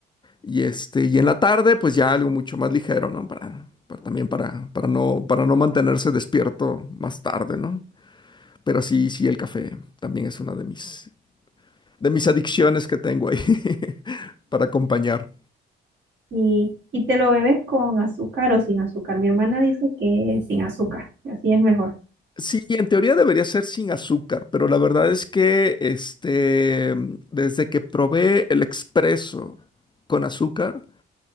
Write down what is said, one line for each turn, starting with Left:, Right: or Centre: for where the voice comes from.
Left: y este, y en la tarde pues ya algo mucho más ligero, ¿no? Para, para también para, para no, para no mantenerse despierto más tarde, ¿no? Pero sí, sí, el café también es una de mis, de mis adicciones que tengo ahí <laughs> para acompañar.
Right: Y, y te lo bebes con azúcar o sin azúcar. Mi hermana dice que sin azúcar, que así es mejor.
Left: Sí, en teoría debería ser sin azúcar, pero la verdad es que este, mm, desde que probé el expreso con azúcar,